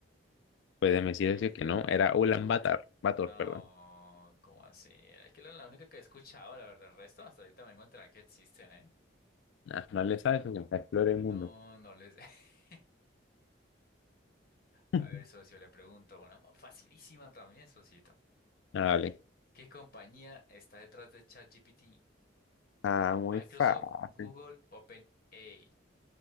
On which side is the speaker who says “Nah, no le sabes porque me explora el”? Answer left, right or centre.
Left